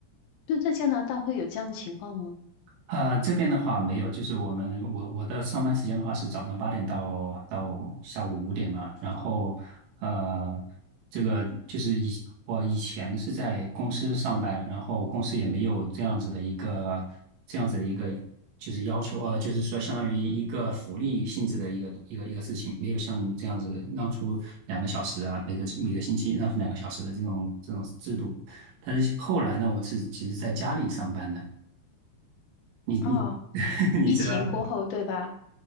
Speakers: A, on the left (about 80°); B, on the right (about 75°).
A: 就在加拿大会有这样的情况吗？
B: 呃，这边的话没有，就是我们我我的上班时间的话是早上八点到到下午五点嘛，然后呃，这个就是以我以前是在公司上班，然后公司也没有这样子的一个这样子的一个就是要求啊，呃就是说相当于一个福利性质的一个一个一个事情，没有像你这样子的让出两个小时啊，每个每个星期让出两个小时的这种这种制度，但是后来呢，我是其实在家里上班的。你你
A: 啊、
B: <laughs> 你知道，
A: 疫情过后对吧？